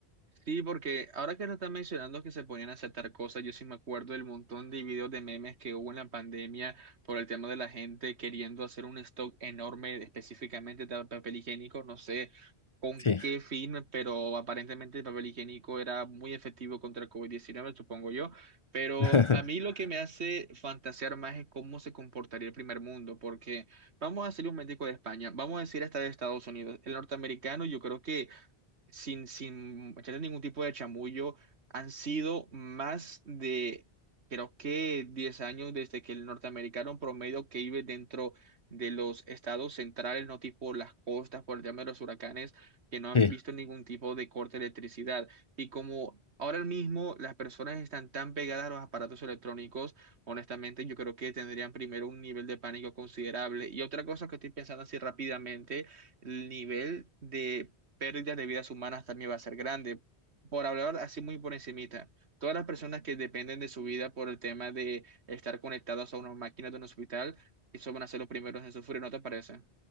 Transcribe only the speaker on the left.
Sí.
<laughs>
Sí.